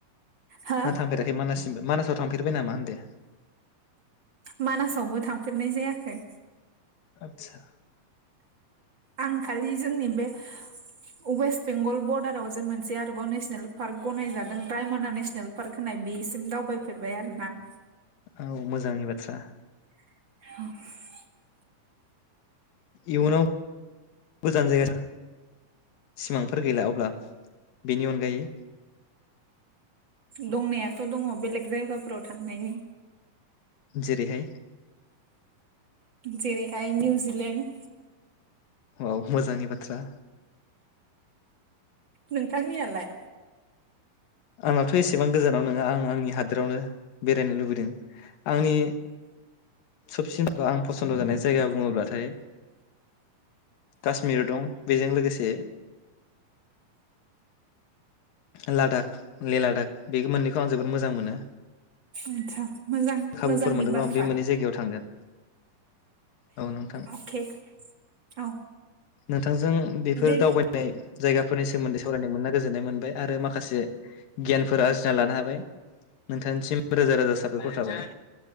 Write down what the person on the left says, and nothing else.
ना थांफेराखै मानास मानासाव थांफेरबाय नामा होनदो
आदसा
औ मोजांनि बाथ्रा
इयुनाव गोजान जायगा <inaudible> सिमांफोर गैला अब्ला बेनि अनगायै?
जेरैहाय
औ मोजांनि बाथ्रा
आंनाथ' एसेबां गोजानाव नङा आं आंनि हादोरावनो बेरायनो लुबैदों आंनि सबसिन बा आं फसन्द जानाय जायगा बुङोब्लाथाय काश्मीर दं बेजों लोगोसे लादाख ले लादाख बे मोननैखौ आं जोबोद मोजां मोनो।
खाबुफोर
मोनोबा
आं बे मोननै जायगायाव थांगोन औ नोंथां
नोंथांजों बेफोर
दावबायनाय जायगाफोरनि सोमोन्दै सावरायनो मोनना गोजोननाय मोनबाय। आरो माखासे गियानफोर आरजिना लानो हाबाय नोंथांसिम रोजा रोजा साबायखर औ